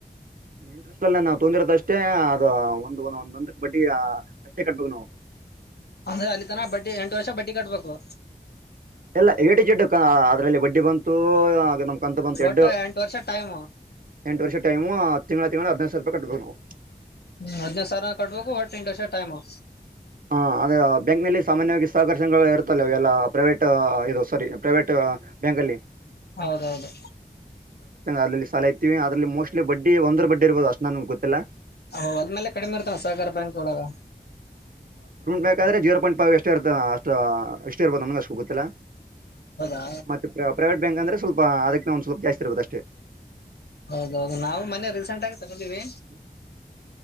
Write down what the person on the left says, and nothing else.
ಅಂದ್ರೆ ಅಲ್ಲಿ ತನ ಬಡ್ಡಿ ಎಂಟು ವರ್ಷ ಬಡ್ಡಿ ಕಟ್ಬೇಕು
ಒಟ್ಟು ಎಂಟು ವರ್ಷ ಟೈಮ್
ಹ್ಮ ಹದ್ನೈದು ಸಾವಿರ ಕಟ್ಬೇಕು ಒಟ್ಟೆಂಟು ವರ್ಷ ಟೈಮು
ಹೌದೌದು
ಹ ಅದ್ಮೇಲೆ ಕಡಿಮೆ ಇರ್ತಾನ ಸಹಕಾರ ಬ್ಯಾಂಕ್ ಒಳಗ
ಹೌದಾ
ಹೌದೌದು ನಾವು ಮನೆ ರೀಸೆಂಟ್ ಆಗಿ ತೆಗೆದಿವಿ